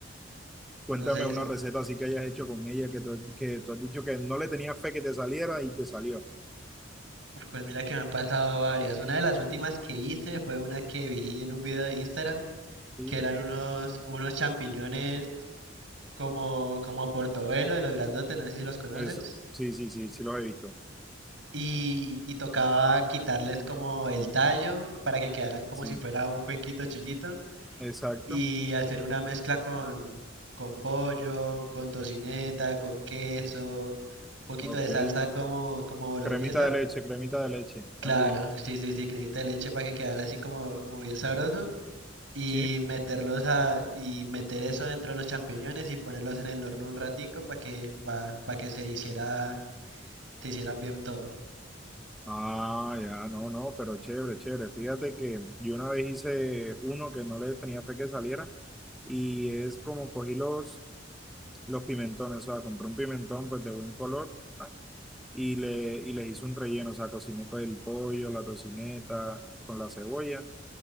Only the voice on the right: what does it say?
No sé,
Pues mira que me han pasado varias. Una de las últimas que hice fue una que vi en un video de Instagram,
que eran unos, unos champiñones como, como portobelo de los grandotes, no sé si los conoces.
Y, y tocaba quitarles como el tallo para que quedaran como
si fuera un cuenquito chiquito
y hacer una mezcla con, con pollo, con tocineta, con queso, un poquito
de salsa como, como boloñesa.
Claro,
sí, sí, sí, cremita de leche para que quedara así como, como bien sabroso. y
meterlos a, y meter eso dentro de los champiñones y ponerlos en el horno un ratico para que, para que se hiciera, se hicieran bien todo.